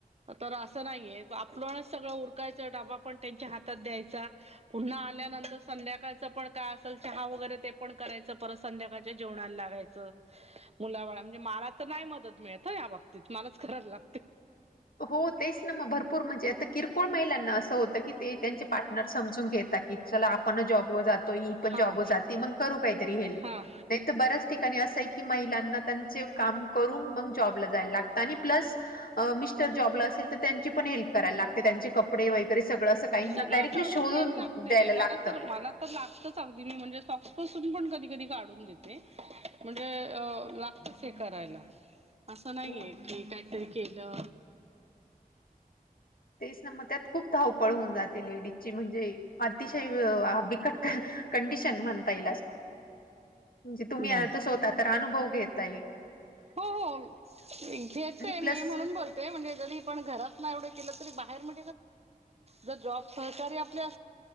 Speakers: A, on the right; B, on the left.
A: तर असं नाहीये आप सगळं उरकायचं डबा पण त्यांच्या हात- त द्यायचा पुन्हा आ- ल्या नंतर संध्याकाळच पण काय असेल चहा वगैरे ते पण करायचं, परत संध्याकाळच्या जेवणाला लागायचं. मुला बाळा म्हणजे मला तर नाही मदत मिळत हां या बाबतीत मलाच करायला लाग-
B: हों तेच नां मग भरपूर म्हणजे आता किरकोळ महिलांना अस होत- ते कीती त्यांचे पार्टनर समजून घेता की चला आपणच जॉब तो जातोय ही पण
A: हा
B: जाॅबवर जाती मग करू कहीतरी वेळी
A: हा
B: नाही बऱ्याच ठिकाणी अस की मलांना- <inaudible> जॉबला असेल तर त्यांची पण हेल्प करायला लागते त्यांचे कपडे वगैरे सगळं काहींना
A: सगळ
B: डायरेक्टली
A: काढून
B: शोधून
A: द्यायला लागते
B: द्यायला लागतं
A: मला तर मला तर लागतच अगदी मी म्हणजे सॉक्सपसून पण कधी कधी काढून देते म्हणजे लात करायला असं नाहीये
B: हो
A: की काहीतरी केलं
B: तेच ना मग त्यात खूप धावपळ होऊन जाते लेडीजची म्हणजे अतिशय कं म्हण ये म्हण तुम्हीव
A: बा
B: अुव घेत आहे
A: हो हो घेते मी
B: प्लस
A: म्हणून बोलते म्हणजे कध पण घरात ना एवढ बाण जकार आपल्या